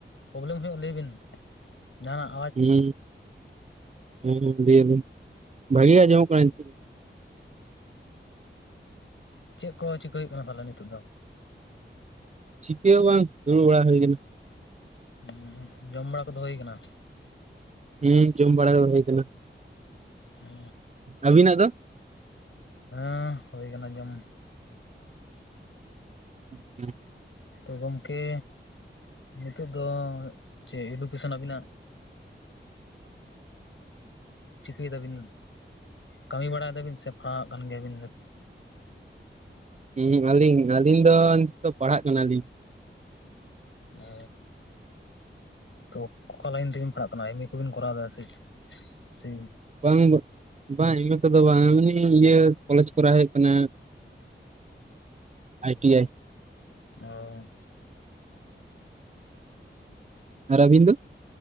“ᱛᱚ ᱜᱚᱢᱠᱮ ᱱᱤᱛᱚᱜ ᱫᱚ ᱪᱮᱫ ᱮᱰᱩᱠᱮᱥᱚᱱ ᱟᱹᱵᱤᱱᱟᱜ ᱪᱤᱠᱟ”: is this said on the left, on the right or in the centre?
Left